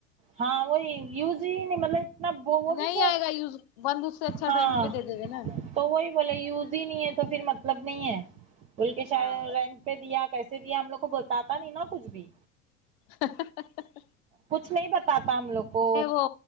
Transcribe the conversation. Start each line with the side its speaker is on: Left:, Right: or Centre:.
Right: ہاں وہی یوز ہی نہیں مطلب نہ وہ وہ
Left: نہیں
Right: بھی ب
Left: آئے گا یوز بند اس سے اچھا
Right: ہاں
Left: رینٹ پہ دے دے گے نا
Right: تو وہی بولے یوز ہی نہیں ہے تو پھر مطلب نہیں ہے بول کے
Left: ہاں
Right: شاید رینٹ پہ دیا کیسے دیا ہم لوگ کو بتاتا نہیں نا کچھ بھی
Left: ہاں۔ ہا۔ ہ۔ ہ
Right: کچھ نہیں بتاتا ہم لوگ کو
Left: وہ